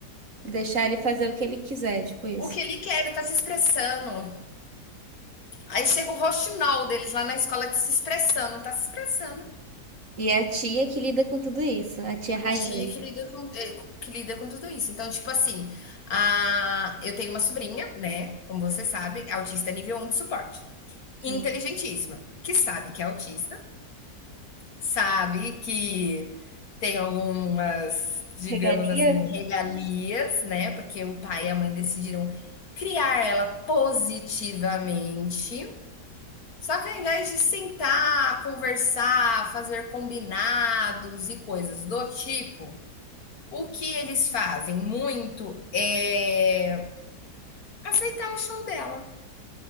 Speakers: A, on the right (about 50°); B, on the left (about 60°).
A: Deixar ele fazer o que ele quiser, tipo isso.
B: O que ele quer, ele tá se expressando. Aí chega o roxinol deles lá na escola se expressando, tá se expressando.
A: E é a tia que lida com tudo isso, a tia Rayane.
B: A tia que lida com, eh, que lida com tudo isso. Então, tipo assim, a, eu tenho uma sobrinha, né? Como você sabe, é autista nível um de suporte.
A: Sim.
B: Inteligentíssima, que sabe que é autista, sabe que tem algumas, digamos
A: Regalias,
B: assim, regalias, né, porque o pai e a mãe decidiram criar ela positivamente. Só que ao invés de sentar, conversar, fazer combinados e coisas do tipo, o que eles fazem muito é aceitar o show dela.